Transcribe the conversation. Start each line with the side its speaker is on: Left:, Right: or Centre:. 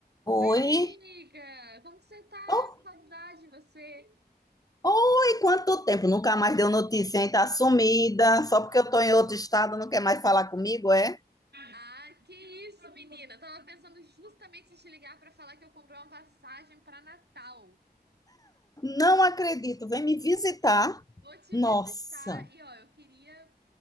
Left: Oi.
Right: Oi, amiga! Como que você tá?
Left: Oh,
Right: Saudade de você!
Left: oi, quanto tempo? Nunca mais deu notícia, hein? Tá sumida. Só porque eu tô em outro estado, não quer mais falar comigo, é?
Right: Ah, que isso, menina! Tava pensando justamente em te ligar pra falar que eu comprei uma passagem pra Natal.
Left: Não acredito. Vem me visitar.
Right: Vou te
Left: Nossa,
Right: visitar e, ó, eu queria